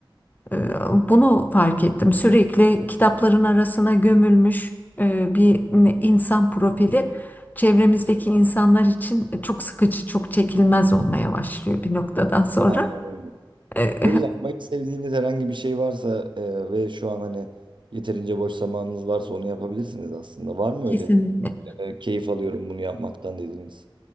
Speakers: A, on the left (about 20°); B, on the right (about 65°).
A: Ee, Bunu fark ettim. Sürekli kitapların arasına gömülmüş e, bir insan profili çevremizdeki insanlar için çok sıkıcı, çok çekilmez olmaya başlıyor bir noktadan sonra.
B: Aynen öyle.
A: Ee,
B: Böyle yapmayı sevdiğiniz herhangi bir şey varsa e, ve şu an hani yeterince boş zamanınız varsa onu yapabilirsiniz aslında. Var mı
A: <laughs> Kesinlikle.
B: öyle? e, keyif alıyorum bunu yapmaktan dediğiniz?